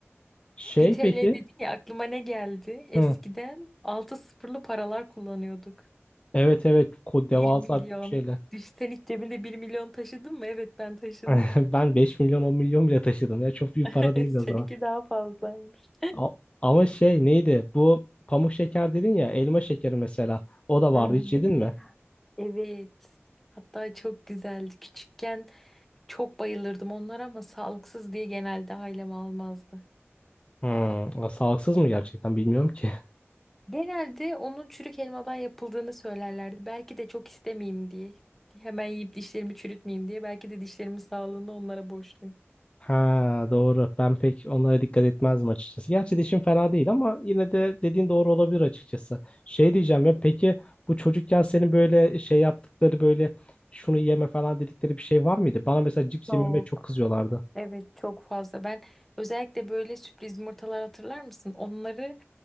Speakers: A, on the left; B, in the centre.
A: Şey
B: 1 TL
A: peki?
B: dedin ya aklıma ne geldi? Eskiden
A: Hı.
B: 6 sıfırlı paralar kullanıyorduk.
A: Evet evet. Ko devasa
B: Bir milyon.
A: bir şeyler.
B: Düş- Sen hiç cebinde 1 milyon taşıdın mı? Evet ben taşıdım.
A: <laughs> Ben 5 milyon 10 milyon bile taşıdım ya. Çok büyük
B: <laughs>
A: para değildi
B: Seninki
A: o zaman.
B: daha fazlaymış.
A: A- ama şey neydi? Bu pamuk şeker dedin ya elma şekeri mesela. O da
B: Hı
A: vardı.
B: hı.
A: Hiç yedin mi?
B: Evet. Hatta çok güzeldi. Küçükken çok bayılırdım onlara ama sağlıksız diye genelde ailem almazdı.
A: Hmm. Sağlıksız mı gerçekten bilmiyorum ki.
B: Genelde onun çürük elmadan yapıldığını söylerlerdi. Belki de çok istemeyeyim diye. Hemen yiyip dişlerimi çürütmeyeyim diye. Belki de dişlerimin sağlığını onlara borçluyum.
A: Ha doğru. Ben pek onlara dikkat etmezdim açıkçası. Gerçi dişim fena değil ama yine de dediğin doğru olabilir açıkçası. Şey diyeceğim ya peki bu çocukken senin böyle şey yaptıkları böyle şunu yeme falan dedikleri bir şey var mıydı? Bana mesela cips
B: Çok,
A: yememe çok kızıyorlardı.
B: evet çok fazla. Ben özellikle böyle sürpriz yumurtalar hatırlar mısın? Onları